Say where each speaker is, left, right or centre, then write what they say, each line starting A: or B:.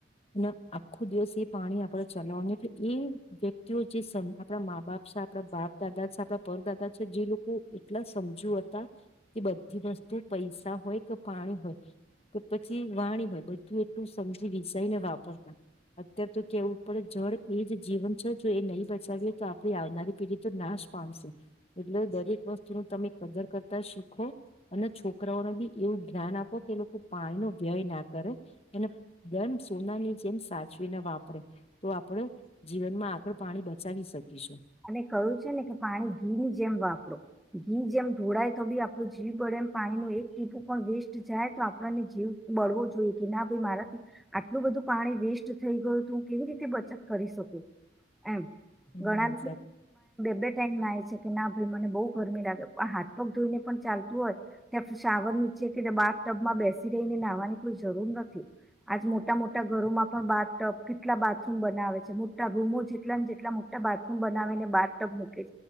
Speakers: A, on the left; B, in the centre.
A: અને આખો દિવસ એ પાણી આપણે ચલાવાનું એ વ્યક્તિઓ જે આપણા મા બાપ છે આપણા બાપ દાદા છે આપણા પરદાદા છે જે લોકો એટલા સમજુ હતા કે બધી વસ્તુ પૈસા હોય કે પાણી હોય કે પછી વાણી હોય બધું એટલું સમજી વિસાઈને વાપરતા. અત્ય્યારે તો કેવું પડે જળ એ જ જીવન છે જો એ નહી બચાવીએ તો આપડી આવનારી પીઢી તો નાશ પામશે એટલે દરેક વસ્તુ ન તમે કદર કરતા શીખો અને છોકરાઓને બી એવું જ્ઞાન આપો કે લોકો પાણીનો વ્યય ના કરે અને દમ સોનાની જેમ સાચવીને વાપરે તો આપણે જીવનમાં આગળ પાણી બચાવી શકીશું.
B: અને કહ્યું છે ને કે પાણી ઘી ની જેમ વાપરો ઘી જેમ ધોળાય તો બી આપણું જીવ બળે એમ પાણી ન એક ટીપું પણ વેસ્ટ જાય તો આપણને જીવ બળવો જોઈએ કે ના ભાઈ મારાથી આટલું બધું પાણી વેસ્ટ થઈ ગયું તો હું કેવી રીતે બચત કરી શકું એમ.
A: હમ.
B: ઘણા
A: સાચી
B: બે ટાઈમ નાય છે કે ના ભાઈ મને બહુ ગરમી લાગે હાથ પગ ધોઈને પણ ચાલતું હોય ત્યાં શાવર નીચે કે બાથ ટબમાં બેસી રહીને નાહવાની કોઈ જરૂર નથી. આજ મોટા મોટા ઘરોમાં પણ બાથ ટબ કેટલા બાથરૂમ બનાવે છે મોટા રૂમો જેટલા ને જેટલા મોટા બાથ બાર ટબ મૂકે છે